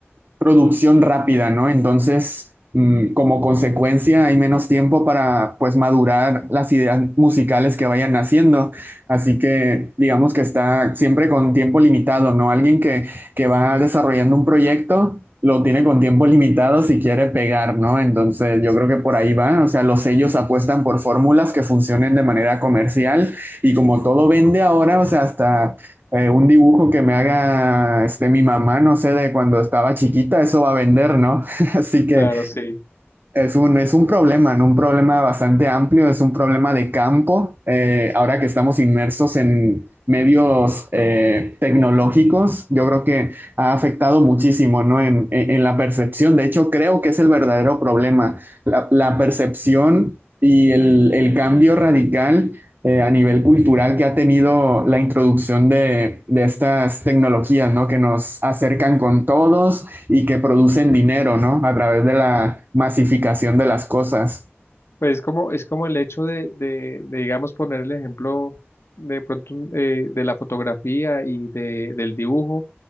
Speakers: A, on the right; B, on the left.
A: producción rápida, ¿no? Entonces, mm, como consecuencia, hay menos tiempo para, pues, madurar las ideas musicales que vayan naciendo. Así que, digamos que está siempre con tiempo limitado, ¿no? Alguien que, que va desarrollando un proyecto. Lo tiene con tiempo limitado si quiere pegar, ¿no? Entonces yo creo que por ahí va. O sea, los sellos apuestan por fórmulas que funcionen de manera comercial y como todo vende ahora, o sea, hasta eh, un dibujo que me haga este, mi mamá, no sé, de cuando estaba chiquita, eso va a vender, ¿no? <laughs> Así que
B: Claro, sí.
A: es un, es un problema, ¿no? Un problema bastante amplio, es un problema de campo. Eh, ahora que estamos inmersos en medios eh, tecnológicos, yo creo que ha afectado muchísimo, ¿no? En, en- en la percepción. De hecho, creo que es el verdadero problema, la, la percepción y el, el cambio radical eh, a nivel cultural que ha tenido la introducción de, de estas tecnologías, ¿no? Que nos acercan con todos y que producen dinero, ¿no? A través de la masificación de las cosas.
B: Pues es como, es como el hecho de, de, de, digamos, poner el ejemplo de pronto un- eh, de la fotografía y de, del dibujo,